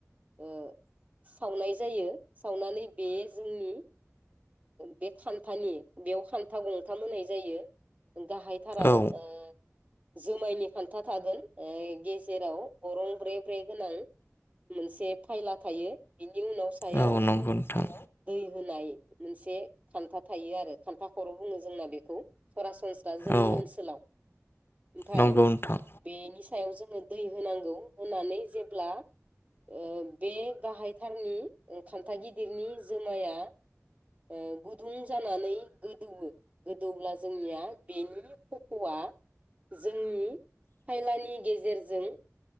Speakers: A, on the right; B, on the left.
A: ओ सावनाय जायो सावनानै बे जोंनि बे ओ खान्थानि बेव खान्था गंथाम होनाय जायो। गाहायथाराव
B: औ
A: ओ जुमायनि खान्था थागोन ओ गेजेराव गरं ब्रे ब्रे गोनां मोनसे फायला थायो बिनि उनाव सायाव
B: औ नंगौ नोंथां
A: दै होन नाय मोनसे खान्था थायो आरो खान्था खर बुङो जोंना बेखौ सरासनस्रा जोंनि
B: औ
A: ओनसोलाव ओमफ्राय
B: नंगौ नोंथां
A: बेनि सायाव जों दै होनांगौ होनानै जेब्ला ओ बे गाहायथारनि खान्था गिदिरनि जोमाया ओ गुदुं जानानै गोदौवो गोदौब्ला जोंनिया बेनि खफआ जोंनि फायलानि गेजेरजों